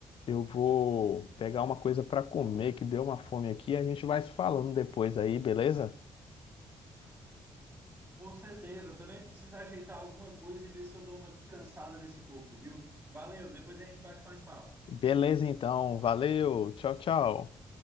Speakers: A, on the left; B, on the right.
A: eu vou pegar uma coisa para comer, que deu uma fome aqui, e a gente vai se falando depois aí, beleza?
B: Com certeza, também precisa ajeitar alguma coisa e ver se eu dou uma descansada nesse corpo, viu? Valeu, depois a gente bate mais papo.
A: Beleza, então. Valeu. Tchau, tchau.